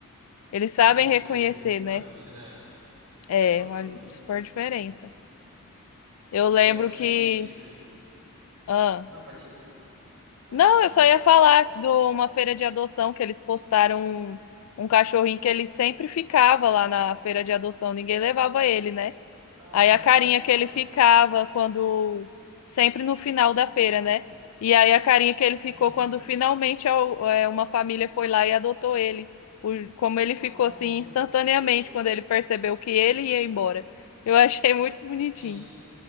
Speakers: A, on the left; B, on the right.
A: Eles sabem
B: Não, e a
A: reconhecer,
B: diferença é gritante,
A: né?
B: né?
A: É
B: Totalmente,
A: uma super diferença.
B: cara. Total...
A: Eu lembro
B: Eu lembro
A: que.
B: que eu tive. eu-
A: ah,
B: Não, pode ir. Não,
A: Não,
B: pode falar.
A: eu só ia falar que de uma feira de adoção que eles postaram um, um cachorrinho que ele sempre ficava lá na feira de adoção, ninguém levava ele, né?
B: Ai,
A: Aí a carinha
B: pecado.
A: que ele ficava quando sempre no final da feira, né? E aí a carinha que ele ficou
B: Uhum.
A: quando finalmente al- é, uma família foi lá e adotou ele. O- como ele
B: Oh,
A: ficou assim
B: meu
A: instantaneamente
B: Deus.
A: quando ele percebeu que ele ia embora. Eu achei muito bonitinho.
B: Sim,